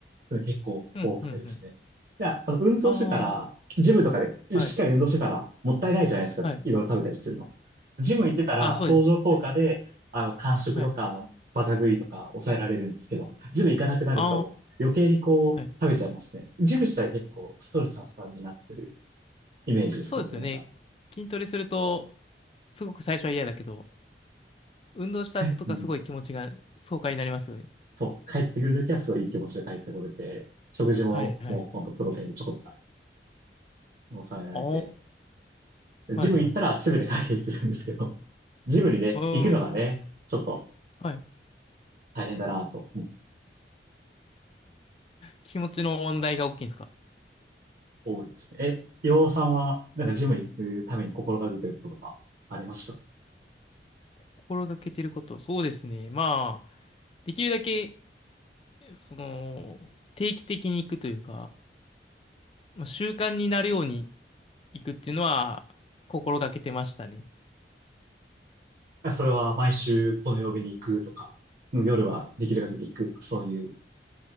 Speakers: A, on the right; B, on the left.
A: それ結構多くてですね。
B: うん、うん、うん。
A: いや、あの、運動してたら、
B: あ
A: ジムとかでしっかり運動してたら、
B: あ、はい。
A: もったいないじゃないですか。
B: はい。
A: いろいろ食べたりするの。ジム行ってたら、
B: ああ、そうですね。
A: 相乗効果で、
B: はい。
A: あの、間食とか、
B: はい。
A: バカ食いとか抑えられるんですけど、ジム行かなくなると、
B: あ
A: 余計にこう、
B: あ、はい。
A: 食べちゃいますね。ジム自体結構ストレス発散になってるイメージです、
B: そうですよね。
A: 僕の中。
B: 筋トレすると、すごく最初は嫌だけど、運動した後とかすごい気持ちが爽快になりますよね。
A: はい。うん。そう、帰ってくるときはすごいいい気持ちで帰ってこれて、食事ももうほんとプロテインでちょこっと食べて、
B: はいはい。
A: 抑えられて、
B: ああ、はいはい。
A: ジム行ったら全て解決するんですけど、<laughs> ジムにね、
B: うーん。
A: 行くのがね、ちょっと
B: はい。
A: 大変だなと思う、
B: 気持ちの問題が大きいんですか
A: 多いですね。え、岩尾さんは、なんかジム行くために心がけてることとかありました
B: 心がけてること。そうですね。まあ、できるだけ、その、定期的に行くというか、まあ、習慣になるように行くっていうのは心がけてましたね。
A: かそれは毎週この曜日に行くとか、うん夜はできる限り行くとか、そういう